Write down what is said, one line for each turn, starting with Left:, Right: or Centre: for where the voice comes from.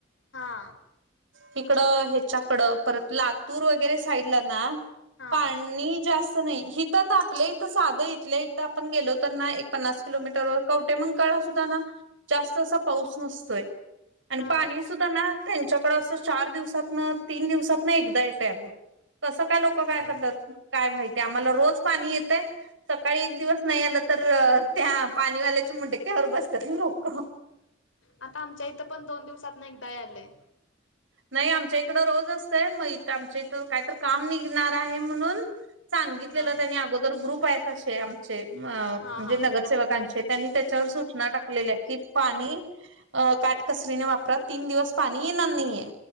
Left: हा
Right: तिकडं ह्याच्याकडं परत लातूर वगैरे साईडला ना
Left: हा
Right: पाणी जास्त नाही हिथ आपल्या इथं साधं इथल्या इथं आपण गेलो तर ना एक पन्नास किलोमीटर वर कवटेमंकाळ ला सुद्धा ना जास्त असा पाऊस नसतोय. आणि
Left: हा
Right: पाणी सुद्धा ना त्यांच्याकड असं चार दिवसातनं तीन दिवसातनं एकदा येतयं अगं तसं काय लोकं करत्यात
Left: हो
Right: काय माहितीे, आम्हाला रोज पाणी येतयं. सकाळी एक दिवस नाही आलं तर त्या पाणीवाल्याच्या मुंडक्यावर बसत्यात लोकं.
Left: आता आमच्या इथं पण दोन दिवसात ना एकदा येयाल्लयं.
Right: नाही आमच्या इकडं रोज असतंय मग इथं आमच्या इथं कायतर काम निघणार आहे म्हणून सांगितलेलं
Left: हा
Right: त्यांनी अगोदर ग्रुप आहेत असे आमचे अ म्हणजे
Left: हा हा
Right: नगरसेवकांचे त्यांनी त्याच्यावर सूचना टाकलेल्या की पाणी अ काटकसरीने वापरा तीन दिवस पाणी येणार नाहीये.